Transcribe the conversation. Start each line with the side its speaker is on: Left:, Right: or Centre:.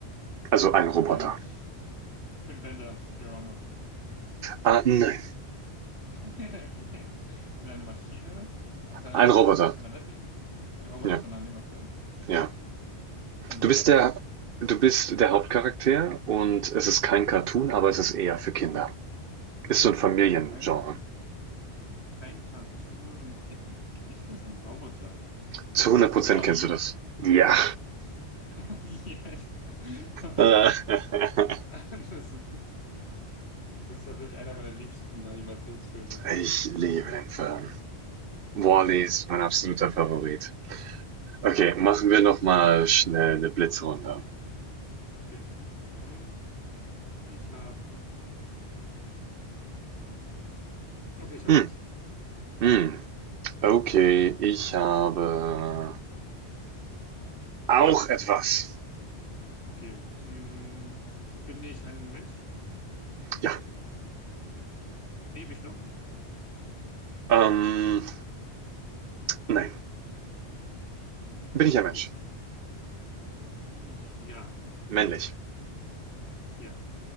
Right: Also ein Roboter.
Left: Nein, ich bin Bender aus Futurama.
Right: Ah, nein.
Left: <laughs> Okay. Ich bin eine Maschine aus einer
Right: Ein
Left: Animation,
Right: Roboter.
Left: aus einer westlichen, ein Roboter
Right: Ja,
Left: aus einer Animation,
Right: ja.
Left: aus einem
Right: Du
Left: Kindercartoon.
Right: bist der, du bist der Hauptcharakter und es ist kein Cartoon, aber es ist eher für Kinder. Ist so ein Familiengenre.
Left: Ein, ein Cartoon, kennt kenn ich das? Ein Roboter.
Right: Zu hundert Prozent
Left: Wall-E?
Right: kennst du das. Ja.
Left: <laughs> Yes. Oh ja.
Right: <laughs>
Left: Das ist, das ist tatsächlich einer meiner liebsten Animationsfilme.
Right: Ich liebe den Film. Wall-E
Left: Ja.
Right: ist mein absoluter Favorit. Okay, machen wir noch mal schnell eine Blitzrunde.
Left: Okay. Ähm, ich habe, okay, ich habe
Right: Hm,
Left: was.
Right: hm, okay, ich habe auch etwas.
Left: Okay. Hm, bin ich ein Mensch?
Right: Ja,
Left: Lebe ich noch?
Right: ähm, nein.
Left: Nein.
Right: Bin ich ein Mensch?
Left: Okay. Ja,
Right: Männlich.
Left: ja.